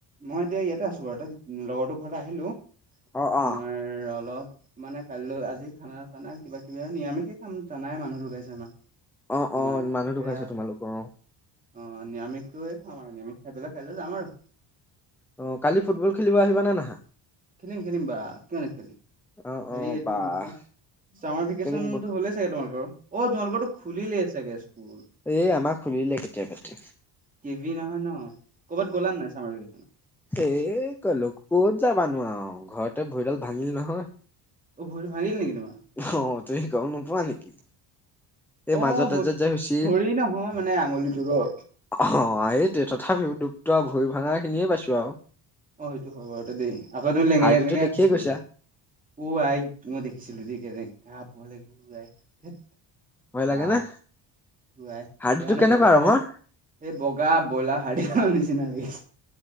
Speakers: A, on the right; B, in the centre.
A: মই এতিয়া ইয়াতে আছোঁ বাৰু তাত লগৰটোৰ ঘৰত আহিলোঁ তোমাৰ
B: অ অ।
A: অলপ মানে কাইলৈ আজি খানা- চানা কিবা কিবি আৰ নিৰামিষে খাম জানাই মানুহ ঢুকাইছে আমাৰ।
B: অ
A: তোমাৰ
B: অ মানুহ
A: সেয়া
B: ঢুকাইছে
A: অ,
B: তোমালোকৰ
A: নিৰামিষটোয়ে খাম আৰু নিৰামিষ খাই পেলাই কাইলৈ যাম আৰু।
B: অ, কালি ফুটবল খেলিব আহিবা নে নাহা?
A: খেলিম -খেলিম বা কিয় নেখেলিম
B: অ
A: হেৰি
B: অ
A: এইটো
B: বাহ
A: কি বুলি কয় চামাৰ ভেকেচনটো
B: কেইদিন ব
A: হ'লে চাগে তোমালোকৰো অ, তোমালোকৰতো খুলিলেই চাগে স্কুল?
B: এ আমা খোলিলে কেতিয়া বাতে।
A: টি ভি নহয় ন' ক'বাত গ'লা নে নাই চামাৰ ভেকেচনত?
B: এই ক'লো ক'ত যাবানো আও ঘৰতে ভৰিডাল ভাঙিল নহয়।
A: অহ, ভৰিতো ভাঙিল নেকি তোমাৰ?
B: অহ, তুমি গম নোপোৱা নেকি এই
A: অ
B: মাজতে
A: ভ
B: যে- যে হৈছে
A: ভৰি নহয় মানে আঙুলিটোৰ অ,
B: অহ, এইটোৱে তথাপিও দুপ্ত ভৰি ভাঙা খিনিয়ে পাইছো আৰু।
A: অহ, সেইটো হয় বাৰু দেই আকৌ তুমি লেঙেৰাই-
B: হাৰ্ডিটো
A: লেঙেৰাই
B: দেখিয়ে
A: খোজকাঢ়িব
B: গৈছা
A: লাগিব। উ, আই মই দেখিছিলোঁ দেই কেনেকা ভয় লাগে উ, আই ধেত।
B: ভয়
A: বা
B: লাগে নে
A: উ, আই সেইকাৰণে
B: হাৰ্ডিটো কেনেকুৱা
A: বইল <unintelligible>
B: ৰঙৰ
A: এই বগা বইলাৰ হাৰ্ডি খোৱা নিচিনা লাগিছে।